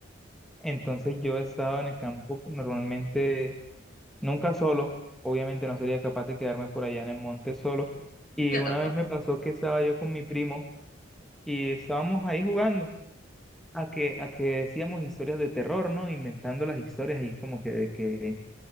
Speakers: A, in the centre; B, on the left.
A: Entonces yo he estado en el campo normalmente nunca solo. Obviamente no sería capaz de quedarme por allá en el monte solo. Y
B: <laughs> Yo
A: una
B: tampoco.
A: vez me pasó que estaba yo con mi primo y estábamos ahí jugando. a que, a que decíamos historias de terror, ¿no? Inventando las historias ahí como que de que,